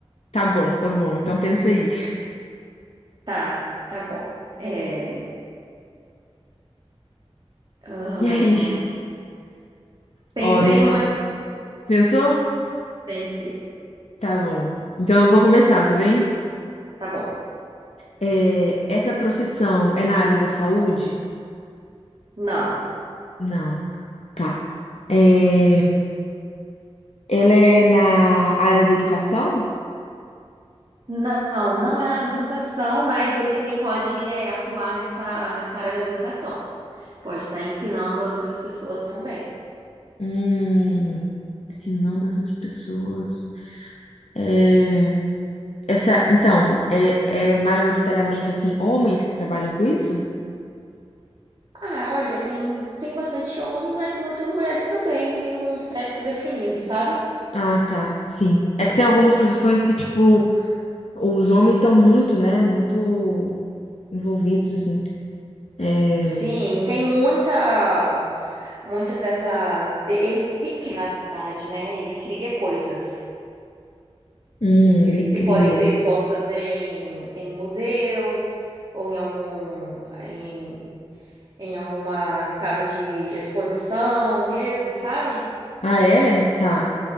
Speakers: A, on the left; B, on the right.
A: tá bom, tá bom. Então pensa aí. <laughs>
B: Tá, tá bom. É, ahn,
A: E aí?
B: pensei
A: Ó, não
B: em
A: vai.
B: uma aqui.
A: Pensou?
B: Pensei.
A: Tá bom. Então eu vou começar, tá bem?
B: Tá bom.
A: É, Essa profissão é na área da saúde?
B: Não.
A: Não. Tá. É, Ela é na área da educação?
B: Não, não é na área da educação, mas ele também pode é, atuar nessa, nessa área da educação. Pode estar ensinando as outras pessoas também.
A: Hum, ensinando as outras pessoas. É, essa, então, é, é maioritariamente assim, homens que trabalham com isso?
B: Ah, olha, tem, tem bastante homem, mas muitas mulheres também, não tem um sexo definido, sabe?
A: Ah, tá, sim. É que tem algumas profissões que, tipo, os homens estão muito, né? Muito envolvidos, assim. É,
B: Sim, tem muita, muitas dessas. e- Ele cria, na verdade, né? Ele cria coisas
A: hum, ele cria.
B: que podem ser expostas em, em museus ou em algum, em, em alguma casa de exposição mesmo, sabe?
A: Ah, é? Tá.